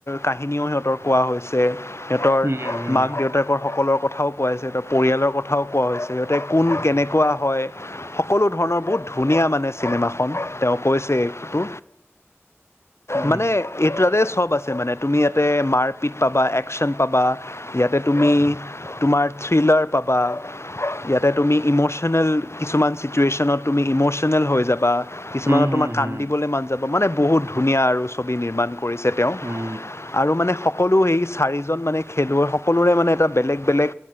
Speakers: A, on the left (about 70°); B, on the right (about 65°).
A: কাহিনীও সিহঁতৰ কোৱা হয়। চ' সিহঁতৰ
B: উম, হুম,
A: মাক-দেউতাক সকলৰ কথাও কোৱা হৈছে, সিহঁতৰ পৰিয়ালৰ কথাও কোৱা হৈছে, সিহঁতে কোন কেনেকুৱা হয়, সকলো ধৰণৰ বহুত ধুনীয়া মানে চিনেমাখন তেওঁ কৈছে, এইটো।
B: উম,
A: মানে এইটোতে সব আছে মানে? তুমি ইয়াতে মাৰপিট পাবা, একচন পাবা, ইয়াতে তুমি, তোমাৰ থ্ৰিলাৰ পাবা। বাহ ইয়াতে তুমি ইম'চনেল কিছুমান চিটুৱেশ্যনত তুমি ইম'চনেল হৈ যাবা। কিছুমানত
B: হু- হু-
A: তোমাৰ
B: হু।
A: <unintelligible> মানে বহুত ধুনীয়া আৰু ছবি নিৰ্মাণ কৰিছে তেও
B: উম,
A: আৰু মানে সকলো সেই চাৰিজন মানে খেলুৱৈ, সকলোৰে মানে এটা বেলেগ - বেলেগ